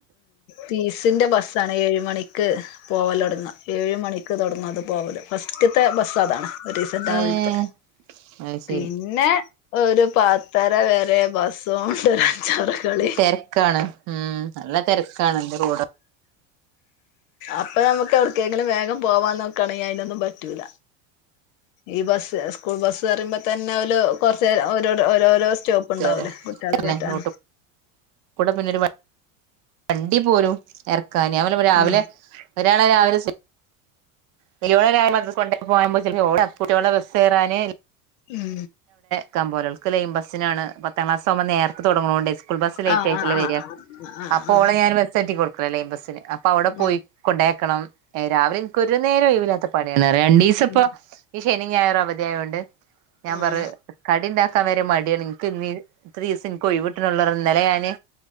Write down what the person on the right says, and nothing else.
ഏഹ് അത് ശരി
തെരക്കാണ് ഉം നല്ല തെരക്കാണ് എന്റെ റോഡ്
<unintelligible>
കൂടെ പിന്നെരു വണ്ടി പോരും ഞാല രാവിലെ
ഒരാളെ രാവിലെ <unintelligible> <unintelligible> കുട്ടികളെ ബസ്റാന്
ഇക്കൻ പോല ഒൾക്ക് ലൈും ബസിനാണ് പത്താം ക്ലാസ്കുമ്പോ നേക്ക് തുടങ്ങണോണ്ട് സ്കൂൾ ബസ് ലേറ്റ്
ആയിട്ടേ
വരിക
അപ്പോ
അവളടെ ഞാൻ ബസ്െട്ടിടുക്കു പ്പം ലൈൻ ബസ്സിന് അപ്പൊ അവിടെ
പോയി കൊണ്ടേക്കണം ഏ രാവിലെനിക്കൊ ഒരു നേരം ആവയില്ല അത്ര രണ്ടീസപ്പം
ഇഷ് ശനിം ഞായറും അവധിയായതൊണ്ട് ഞാൻ പറ
കടിൻ ക്കാം വരെ മടിയാണ് നിനക്ക് ഇ ഇത്ര ദിവസം എനിക്ക് ഒഴിവി വിട്ടണുള്ളന്നല ഞാാന്